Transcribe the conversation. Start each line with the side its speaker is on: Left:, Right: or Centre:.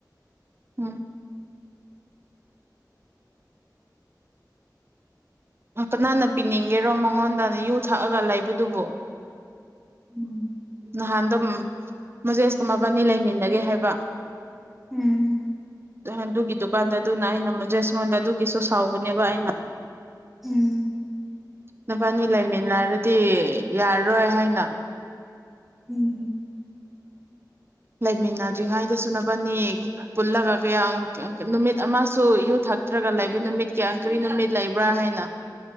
Right: ꯎꯝ ꯀꯅꯥꯅ ꯄꯤꯅꯤꯡꯒꯦꯔꯣ ꯃꯉꯣꯟꯗ ꯌꯨ ꯊꯛꯑꯒ ꯂꯩꯕꯗꯨꯕꯨ
Centre: ꯎꯝ
Right: ꯅꯍꯥꯟꯗꯣ ꯃꯣꯖꯦꯁꯀ ꯃꯕꯥꯅꯤ ꯂꯩꯃꯤꯟꯅꯒꯦ ꯍꯥꯏꯕꯥꯟ
Centre: ꯎꯝ
Right: ꯑꯗꯨꯒꯤ ꯗꯨꯀꯥꯟꯗ ꯑꯗꯨꯅ ꯑꯩꯅ ꯃꯣꯖꯦꯁꯉꯣꯟꯗ ꯑꯗꯨꯒꯤꯁꯨ ꯁꯥꯎꯒꯅꯦꯕ ꯑꯩꯅ
Centre: ꯎꯝ
Right: ꯃꯕꯥꯅꯤ ꯂꯩꯃꯤꯟꯅꯔꯗꯤ ꯌꯥꯔꯔꯣꯏ ꯍꯥꯏꯅ
Centre: ꯎꯝ
Right: ꯂꯩꯃꯤꯟꯅꯗ꯭ꯔꯤꯉꯩꯗ ꯁꯨꯅꯕꯅꯤ ꯄꯨꯜꯂꯒ ꯀꯌꯥ ꯅꯨꯃꯤꯠ ꯑꯃꯁꯨ ꯌꯨ ꯊꯛꯇ꯭ꯔꯒ ꯂꯩꯕ ꯅꯨꯃꯤꯠ ꯀꯌꯥ ꯀꯔꯤ ꯅꯨꯃꯤꯠ ꯂꯩꯕ꯭ꯔꯥ ꯍꯥꯏꯅ